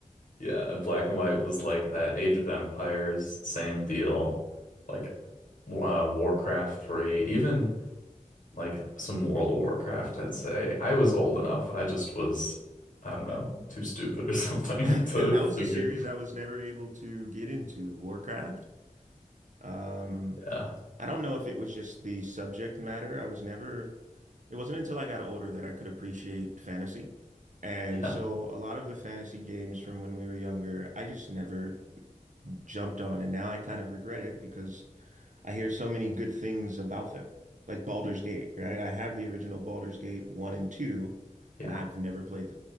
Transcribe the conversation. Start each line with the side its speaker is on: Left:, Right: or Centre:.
Left: Yeah, and Black and White was like that. Age of Empires, same deal. Like uh, Warcraft 3, even like some World of Warcraft, I'd say. I was old enough. I just was. I don't know, too stupid or <laughs> something
Right: <laughs>
Left: to
Right: That
Left: figure
Right: was a series I was never able to get into, Warcraft. Um,
Left: Yeah.
Right: I don't know if it was just the subject matter. I was never It wasn't until I got older that I could appreciate fantasy. And
Left: Yeah.
Right: so a lot of the fantasy games from when we were younger, I just never jumped on. And now I kind of regret it because I hear so many good things about them. Like Baldur's Gate, right? I have the original Baldur's Gate 1 and 2,
Left: Yeah.
Right: and I've never played